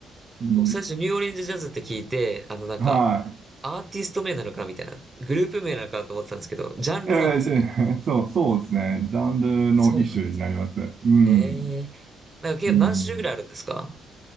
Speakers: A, on the right; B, on the right.
A: うん、
B: 僕最初ニューオリンズジャズって聞いて、あのなんか、
A: は
B: アーティスト名なのかなみたいな、グループ名なのかなと思ってたんですけど、ジャンルなんですね。
A: い。えーえーそう、そうですね。ジャンルの一種になります。
B: そうなんです。
A: うん。
B: ええなんか結構何種類ぐらいあるんですか
A: うん。